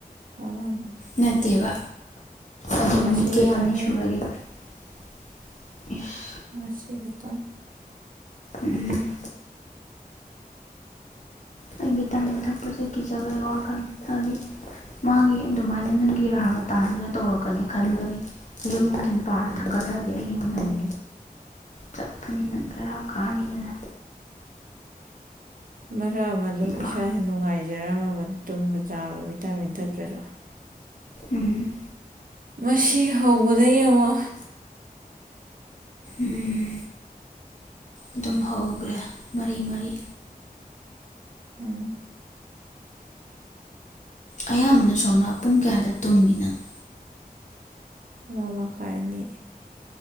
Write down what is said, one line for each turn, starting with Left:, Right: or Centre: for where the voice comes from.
Right: ꯃꯃꯥꯡ
Left: ꯅꯠꯇꯦꯕ ꯑꯗꯨ
Right: ꯉꯁꯤꯈꯛꯇꯅꯦ
Left: ꯅꯨꯃꯤꯠ ꯀꯌꯥꯝꯅꯤ ꯁꯨꯔꯒꯦꯕ <inaudible>
Right: ꯉꯁꯤ ꯈꯛꯇ
Left: ꯎꯝ ꯑꯩ ꯚꯤꯇꯥꯃꯤꯟ ꯊꯛꯄꯁꯦ ꯀꯤꯖꯕꯩ ꯋꯥꯈꯜ ꯍꯥꯏꯕꯗꯤ ꯃꯥꯒꯤ ꯑꯗꯨꯃꯥꯏꯅ ꯅꯪꯒꯤ ꯔꯥꯒ ꯇꯥꯕꯒ ꯇꯧꯔꯛꯀꯅꯤ ꯈꯟꯕꯒꯤ ꯑꯌꯨꯛ ꯅꯨꯡꯊꯤꯜ ꯄꯥꯔꯒ
Right: ꯎꯝ
Left: ꯊꯛꯀꯠꯂꯛꯑꯗꯤ ꯑꯩꯒꯤ ꯌꯨꯝꯅꯗꯤ
Right: ꯎꯝ
Left: ꯆꯠꯄꯅꯤꯅ ꯔꯥ ꯀꯥꯅꯤꯗꯅ
Right: ꯃꯔꯛ ꯑꯃ ꯑꯗꯨꯝ
Left: ꯄꯥꯔꯦ
Right: ꯏꯁꯥꯥꯁ ꯅꯨꯡꯉꯥꯏꯖꯔꯝꯃꯕ ꯇꯨꯝꯕ ꯆꯥꯕ ꯚꯤꯇꯥꯃꯤꯟ ꯊꯛꯇ꯭ꯔꯁꯨ
Left: ꯎꯝ
Right: ꯃꯁꯤ ꯍꯧꯕꯗ ꯌꯦꯡꯉꯣ
Left: ꯎꯝ ꯑꯗꯨꯝ ꯍꯧꯈ꯭ꯔꯦ ꯃꯔꯤ ꯃꯔꯤ
Right: ꯎꯝ
Left: ꯑꯌꯥꯝꯕꯅ ꯁꯣꯝ꯭ꯔꯥ ꯄꯨꯡ ꯀꯌꯥꯗ ꯇꯨꯝꯃꯤꯅꯪꯣ
Right: ꯑꯃ ꯃꯈꯥꯏ ꯑꯅꯤ